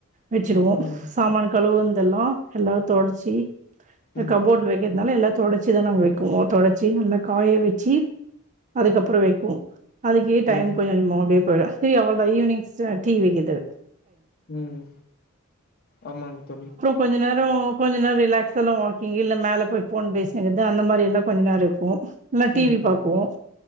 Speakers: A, on the right; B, on the left.
A: வச்சுடுவோம்
B: ம்
A: சாமான் கழுவ வந்து எல்லாம் எல்லாம் தொடச்சி
B: ம்
A: கபோர்ட் வைக்கிறதுனால எல்லாத் தொடுச்சிதான் நாங்க வைக்குவோம் தொடச்சி நல்லா காய வச்சு அதுக்கப்புறம் வைப்போம் அதுக்கே டைம்
B: ம்
A: போயிடு மூடு போய்டு தி ஈவினி்ங்ஸ்லா டீ விக்குது
B: உம் ஆமாங்க தோழி
A: கொஞ்ச அப்புறம் கொஞ்ச நேர ரிலாக்ஸ் எல்லாம் வாக்கிங் இல்ல மேல போய் போன் பேசுங்கினு இருக்குறது அந்த மாதிரி எல்லாம் கொஞ்ச நேரம் இருக்கும் டிவி
B: ம்
A: பார்க்குவோம்
B: ம்